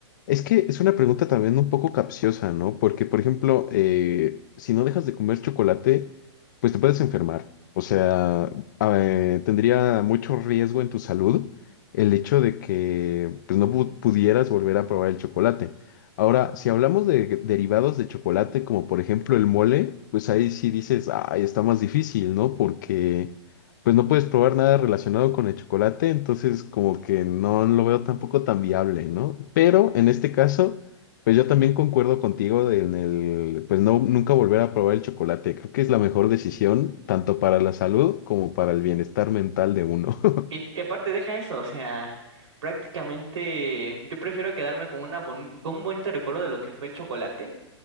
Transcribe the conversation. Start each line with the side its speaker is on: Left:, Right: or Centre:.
Left: Es que es una pregunta también un poco capciosa, ¿no? Porque, por ejemplo, eh, si no dejas de comer chocolate, pues te puedes enfermar. O sea, eh, tendría mucho riesgo en tu salud el hecho de que pues, no pu- pudieras volver a probar el chocolate. Ahora, si hablamos de derivados de chocolate, como por ejemplo el mole, pues ahí sí dices, ay, está más difícil, ¿no? Porque pues no puedes probar nada relacionado con el chocolate, entonces como que no lo veo tampoco tan viable, ¿no? Pero en este caso, pues yo también concuerdo contigo de- en el, pues no, nunca volver a probar el chocolate. Creo que es la mejor decisión, tanto para la salud como para el bienestar mental de uno. <laughs>
Right: Y, y aparte deja eso, o sea, prácticamente yo prefiero quedarme con una bon- con un bonito recuerdo de lo que fue el chocolate